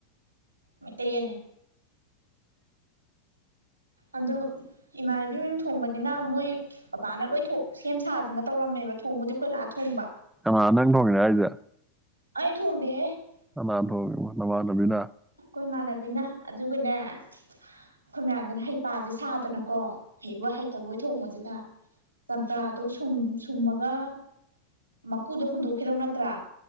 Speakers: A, on the right; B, in the centre.
A: ꯃꯩꯇꯩ ꯌꯦꯟꯅꯦ ꯑꯗꯣ ꯏꯃꯥꯟꯅꯕꯤ ꯃꯌꯨꯝ ꯊꯣꯡꯕꯅꯤꯅ ꯃꯣꯏ ꯕꯕꯥꯅ ꯂꯣꯏ ꯊꯣꯡ ꯁꯦꯝ ꯁꯥꯗꯅ ꯇꯧꯔꯝꯃꯦꯕ ꯊꯣꯡꯕꯨꯗꯤ ꯑꯩꯈꯣꯏ ꯂꯥꯛꯑ ꯊꯣꯡꯕ
B: ꯀꯅꯥ ꯅꯪ ꯊꯣꯡꯉꯤꯔꯥꯍꯥꯏꯖꯦ
A: ꯑꯩ ꯊꯣꯡꯗꯦꯍꯦ ꯑꯩꯈꯣꯏ
B: ꯀꯅꯥꯟ ꯊꯣꯡꯉꯤꯅꯣ ꯅꯃꯥꯟ ꯕꯕꯤꯅꯥ
A: ꯑꯩꯈꯣꯏ ꯏꯃꯥꯟꯅꯕꯤꯅ ꯑꯗꯨꯒꯅꯦ ꯑꯩꯈꯣꯏ ꯃꯌꯥꯝꯗꯨꯅ ꯍꯩꯄꯥꯥꯁꯦ ꯁꯥꯗꯅꯀꯣ ꯍꯩꯕꯣꯏ ꯍꯩꯇꯕꯣꯏ ꯊꯣꯡꯕꯁꯤꯗ ꯆꯝꯄ꯭ꯔꯥꯗꯣ ꯁꯨꯝ ꯁꯨꯝꯃꯒ ꯃ ꯃꯀꯨꯗꯣ ꯍꯨꯟꯗꯣꯛꯈꯤꯗꯧ ꯅꯠꯇ꯭ꯔꯥ